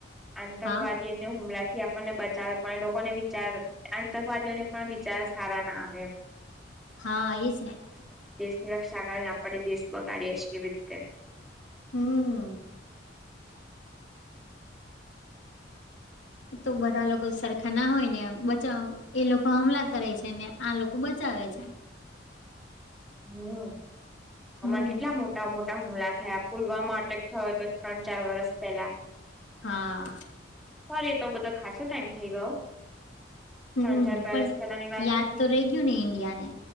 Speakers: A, in the centre; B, on the left (about 85°).
A: આતંકવાદીને
B: હા
A: હુમલા થી આપણને બચાવે પણ એ લોકોને વિચાર આતંકવાદીઓને પણ વિચાર સારા ના આવે એમ
B: હા એ જ નહી.
A: નિ રક્ષા કારને આપણે દેશ બગાડીએ છીએ એવી રીતે.
B: હમ્મ. એ તો બધા લોકો સરખા ના હોય ને બચાવ એ લોકો હમલા કરે છે ને આ લોકો બચા વે છે.
A: હમ્મ આમાં
B: હમ
A: કેટલા મોટા મો ટા હુમલા થયા પુલવામા અટેક થયો તો ત્રણ ચાર વરષ પહેલા
B: હા.
A: પણ એ તો બધો ખાસો ટાઈમ થઇ ગયો.
B: હમ
A: ત્રણ ચાર વરસ
B: પણ
A: પહેલાની વાત
B: યાદ
A: નથી
B: તો રહી ગયું ને ઈન્ડિયાને